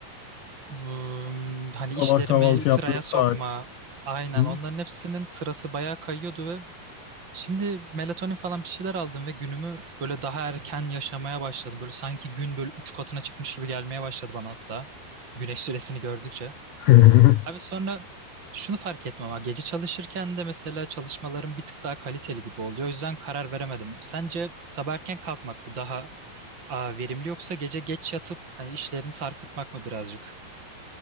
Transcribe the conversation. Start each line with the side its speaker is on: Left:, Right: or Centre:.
Right: Hmm, hani işlerimi
Left: Sabah kahvaltı
Right: sıraya
Left: yaptığın saat.
Right: sokma. Aynen
Left: Hı.
Right: onların hepsinin sırası bayağı kayıyordu ve şimdi melatonin falan bir şeyler aldım ve günümü böyle daha erken yaşamaya başladım. Böyle sanki gün böyle üç katına çıkmış gibi gelmeye başladı bana hatta. Güneş süresini gördükçe.
Left: <laughs>
Right: Abi sonra şunu fark etmem ha. Gece çalışırken de mesela çalışmalarım bir tık daha kaliteli gibi oluyor. O yüzden karar veremedim. Sence sabah erken kalkmak mı daha aa, verimli yoksa gece geç yatıp hani işlerini sarkıtmak mı birazcık?